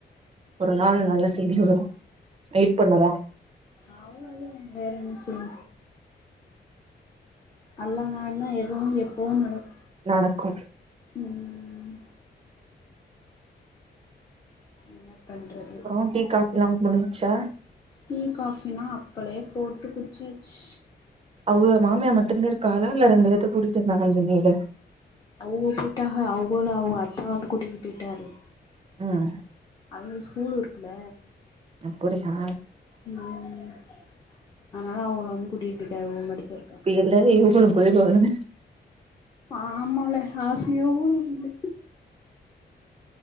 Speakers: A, on the right; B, on the left.
A: ஒரு நாள் நல்ல செய்தி வரு வெயிட் பண்ணுவோ
B: அவ்ளோதே வேற என்ன செய் அல்லா நாட்னா எதுவு எப்பவு நடக்
A: நடக்கு
B: ம் என்ன பண்றத்
A: அப்றோ டீ காஃபிலா முடிஞ்ச்சா
B: டீ காஃப்பிலா அப்பளே போட்டு குடிச்சாச்சு
A: அவ்க மாமியா மட்டுந்தா இருக்காகளா இல்ல ரெண்டு வேத்த கூட்டிட்டு வந்தாங்கன் சொன்னியளே
B: அவ்க போயிட்டாக அவ்கள அவ்ங்க அத்தா வந்து கூட்டிட்டு போயிட்டாரு
A: ம்
B: அவிங்களுக்கு ஸ்கூல் இருக்குல
A: அப்புடியா
B: ம் அதனால அவ்கள வந்து கூட்டிட்டு போயிட்டாக இவ்க மட்டு தா இருக்கா
A: இல்ல இவ்க கூட போயிருவாங்கதானே
B: ஆமால ஆசையோடு இருந்தே